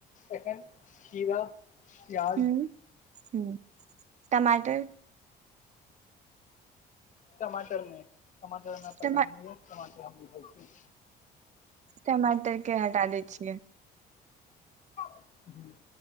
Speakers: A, on the left; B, on the right.
A: एखन खीरा प्याज
B: हू हुँ टमाटर
A: टमाटरमे टमाटर हमरा पसन्द
B: टमा
A: नहि ये टमाटर हम नै खाई छी
B: टमाटर के हटा दै छियै
A: हुँ